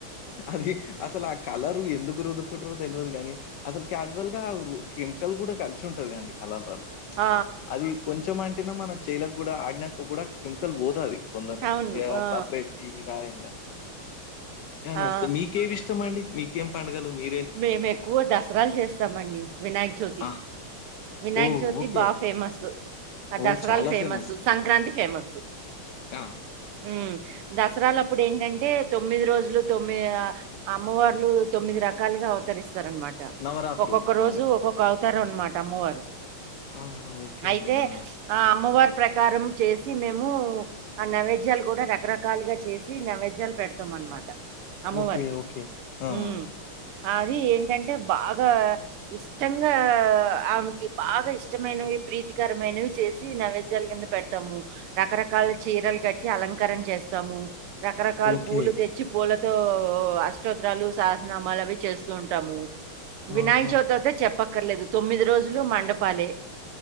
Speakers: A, on the left; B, on the right.
A: అది అసలు ఆ కలరు ఎందుకు రుద్దుకుంటారో తెలువదు గాని అసలు క్యాజువల్‌గా కెమికల్ కూడా కలిసి ఉంటది కదండీ కలర్లలా
B: ఆ
A: అది కొంచెం అంటినా మన చేయిలకు కూడా ఆడ్నంక కూడా కెమికల్ పోదు అది తొందరగా
B: అవును.
A: ఇగ
B: ఆ!
A: సబ్బెట్టి రాయంగా య
B: ఆ!
A: నర్సే మీకేమి ఇష్టమండి మీకేం పండగలు మీ
B: మేము ఎక్కువ దసరాలు చేస్తామండి వినాయక చవితి
A: ఆ!
B: వినాయక
A: ఓ
B: చవితి
A: ఓకే.
B: బా ఫేమస్ ఆ
A: ఓ
B: దసరాలు
A: చాలా
B: ఫేమస్
A: అండి.
B: సంక్రాంతి ఫేమస్
A: ఆ! ఓకే.
B: ఉమ్మ్ దసరాలు అప్పుడు ఏంటంటే తొమ్మిది రోజులు తొమ్మి అమ్మవార్లు తొమ్మిది ర కాలుగా అవతరిస్తారు అనమాట
A: నవరాత్రులు
B: ఒక్కొక్క రోజు
A: అవును.
B: ఒక్కొక్క అవ తారు అనమాట అమ్మవారు
A: ఆహా! ఓకే
B: అయితే
A: అండి. ఆ!
B: ఆ అమ్మవారి ప్రకారం చేసి మేము ఆ నైవేద్యాలు కూడా రకరకాలుగా చేసి నైవేద్యాలు పెడతాం అనమాట అమ్మవారికి
A: ఓకే. ఓకే. ఆ!
B: ఉమ్మ్
A: ఆ!
B: అది ఏంటంటే బాగా ఇష్టంగా ఆమెకి బాగా ఇష్టమైనవి ప్రీతికరమైనవి చేసి నైవేద్యాల కింద పెడతాము రకరకాల చీరలు కట్టి అలంకారం చేస్తాము రకరకాల
A: ఓకే
B: పూలు తెచ్చి పూలతో అష్టోత్తరాలు సహా నామాలు అవి చేస్తూ ఉంటాము వినాయక
A: ఆహా!
B: చవితి అయితే చెప్ప అక్కర్లేదు తొమ్మిది రోజులు మండపాలే